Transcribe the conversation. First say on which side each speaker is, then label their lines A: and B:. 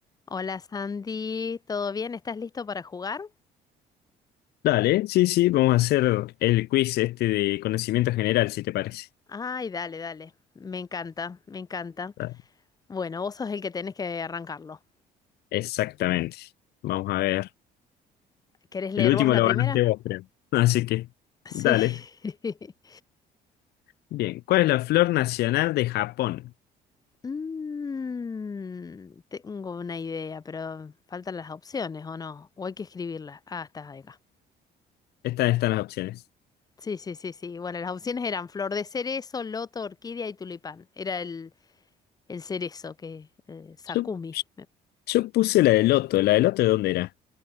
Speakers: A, on the left (about 20°); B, on the left (about 70°).
A: Hola Sandy, ¿todo bien? ¿Estás listo para jugar?
B: Dale, sí, sí, vamos a hacer el quiz este de conocimiento general, si te parece.
A: Ay, dale, dale. Me encanta, me encanta.
B: Dale,
A: Bueno, vos sos el que tenés que arrancarlo.
B: Exactamente. Vamos a ver.
A: ¿Querés leer
B: El último
A: vos la
B: lo
A: primera?
B: ganaste vos, creo. Así que,
A: Sí.
B: dale.
A: <laughs>
B: Bien, ¿cuál es la flor nacional de Japón?
A: Mm, tengo una idea, pero faltan las opciones, ¿o no? ¿O hay que escribirlas? Ah, estás acá.
B: Estas están las opciones.
A: Sí, sí, sí, sí. Bueno, las opciones eran flor de cerezo, loto, orquídea y tulipán. Era el, el cerezo que... eh, Sakumi.
B: Yo, yo puse la de loto. ¿La de loto de dónde era?